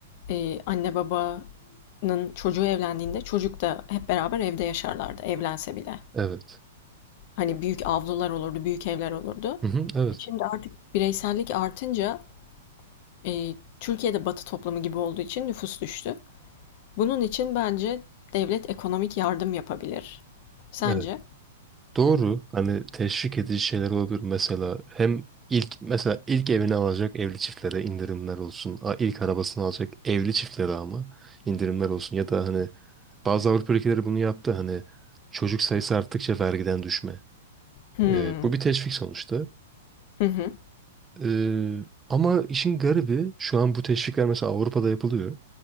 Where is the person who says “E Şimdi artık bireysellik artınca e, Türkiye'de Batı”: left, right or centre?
Left